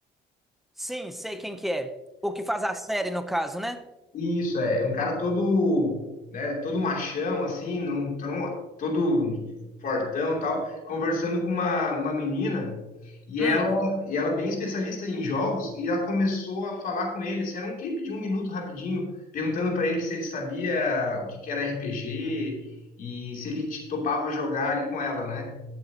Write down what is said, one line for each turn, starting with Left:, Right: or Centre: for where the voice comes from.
Centre: sim, sei quem que é. O que faz a série, no caso, né?
Left: Isso, é, é um cara todo, né, todo machão, assim, não, tu não- todo fortão e tal, conversando com uma, uma menina, e
Centre: Hum.
Left: ela, e ela é bem especialista em jogos, e ela começou a falar com ele, assim, era um clipe de um minuto rapidinho, perguntando para ele se ele sabia o que que era RPG, e se ele te- topava jogar ali com ela, né?